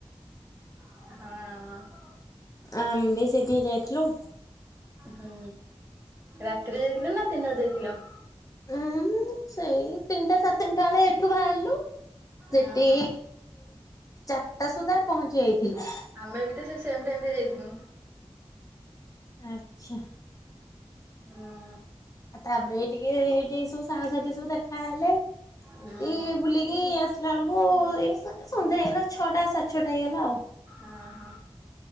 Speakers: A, on the right (about 25°); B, on the left (about 35°).
A: ହଁ।
B: ଆମେ ବି ସେଇଠିକି ଯାଇଥିଲୁ।
A: ହୁଁ ରାତିରେ ଯାଇଥିଲ ନା ଦିନରେ ଯାଇଥିଲ?
B: ଉଁ ସେଇ ତିନିଟା ସାଡ଼େତିନିଟା ବେଳେ ଏଠୁ ବାହାରିଲୁ ସେଠି।
A: ଓହୋ।
B: ଚାରିଟା ସୁଦ୍ଧା ପହଞ୍ଚି ଯାଇଥିଲୁ।
A: ଆମେ ବି ତ ସେଇ ସେମ ଟାଇମ ରେ ଯାଇଥିନୁ।
B: ଆଛା।
A: ହୁଁ।
B: ତାପରେ ଟିକେ ସେଇଟି ସବୁ ସାଙ୍ଗ ସାଥି ସବୁ ଦେଖା ହେଲେ ଏମତି
A: ହୁଁ ହୁଁ
B: ବୁଲିକି। କି ଆସିଲା ବେଳକୁ ଏ ସ ସନ୍ଧ୍ୟା ହେଇଗଲା ଛଅଟା ସାତେ ଛଅଟା ହେଇଗଲା ଆଉ।
A: ଉଁ ହୁଁ।